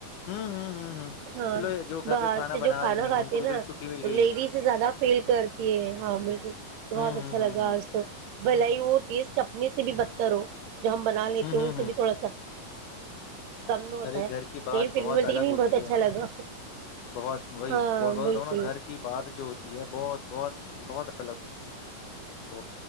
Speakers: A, on the left; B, on the right.
A: ہوں ہوں ہوں ہوں
B: ہاں
A: چلو یہ جو گھر
B: باہر
A: پہ کھانا
B: سے جو
A: بنا
B: کھانا
A: رہی
B: کھاتے
A: ان کو
B: ہیں
A: بھی
B: نا
A: تھوڑی چھٹی مل گئی
B: لیڈیز زیادہ فیل کرتی ہے ہاں بالکل بہت
A: ہوں
B: اچھا لگا
A: ہوں ہوں ہوں
B: آج تو بھل ہی وہ ٹیسٹ اپنے سے بھی بدتر ہو جو ہم بنا لیتے
A: ہوں
B: ان
A: ہوں
B: سے
A: ہوں
B: بھی تھوڑا سا کم میں ہوتا
A: ارے
B: ہے
A: گھر کی بات
B: لیکن پھر
A: بہت
B: بھی بولتی
A: الگ
B: کہ نہیں
A: ہوتی
B: بہت اچھا
A: ہے
B: لگا
A: بہت وہی
B: ہاں
A: بول
B: بالکل
A: رہا ہ نا گھر کی بات جو ہوتی ہے بہت بہت بہت الگ تو